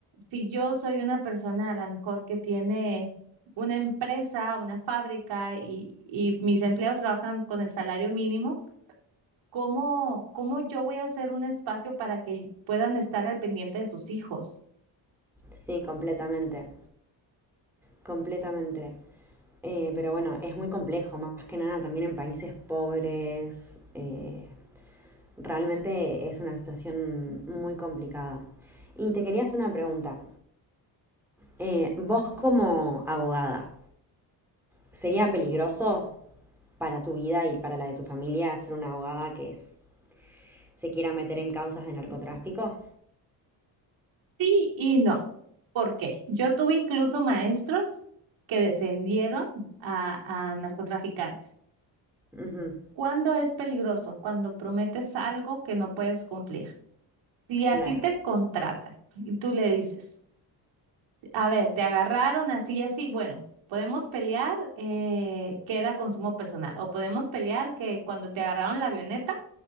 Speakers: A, on the right; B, in the centre.
A: Si yo soy una persona a lo mejor que tiene una empresa, una fábrica y, y mis empleados trabajan con el salario mínimo. ¿Cómo, cómo yo voy a hacer un espacio para que puedan estar al pendiente de sus hijos?
B: sí, completamente, completamente. Eh, pero bueno, es muy complejo, más que nada también en países pobres. eh, realmente es una situación muy complicada. Y te quería hacer una pregunta. Eh, vos como abogada, Sería peligroso para tu vida y para la de tu familia ser una abogada que es- se quiera meter en causas de narcotráfico.
A: Sí y no. ¿Por qué? Yo tuve incluso maestros que defendieron a, a narcotraficantes.
B: Ujú,
A: ¿Cuándo es peligroso? Cuando prometes algo que no puedes cumplir. Si a
B: Claro,
A: ti te contratan y tú le dices, a ver, te agarraron así y así, bueno, podemos pelear eh, que era consumo personal o podemos pelear que cuando te agarraron la avioneta